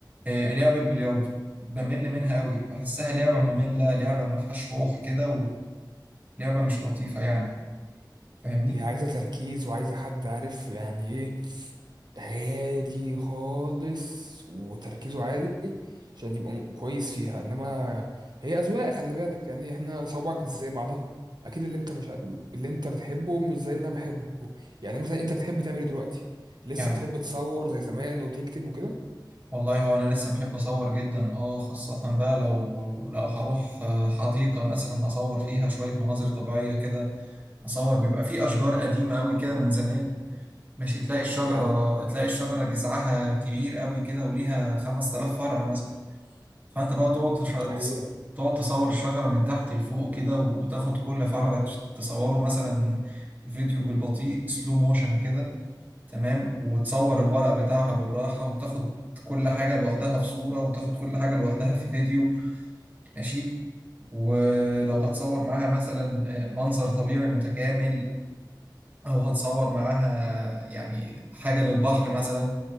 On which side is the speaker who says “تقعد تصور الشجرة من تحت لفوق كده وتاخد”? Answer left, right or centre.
Right